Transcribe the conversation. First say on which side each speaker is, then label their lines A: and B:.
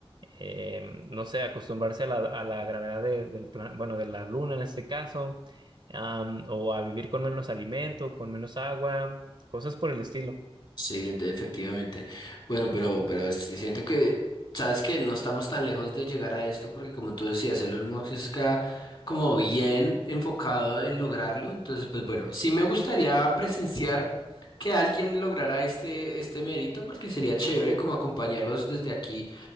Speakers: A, on the right; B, on the left.
A: eh, no sé, acostumbrarse a la, a la gravedad de, del plan, bueno, de la luna en este caso, am, o a vivir con menos alimento, con menos agua, cosas por el estilo.
B: Sí, de- efectivamente. Bueno, pero, pero sí siento que, sabes que no estamos tan lejos de llegar a esto, porque como tú decías, Elon Musk está como bien enfocado en lograrlo. Entonces, pues bueno, sí me gustaría presenciar que alguien lograra este, este mérito, porque sería chévere como acompañarlos desde aquí,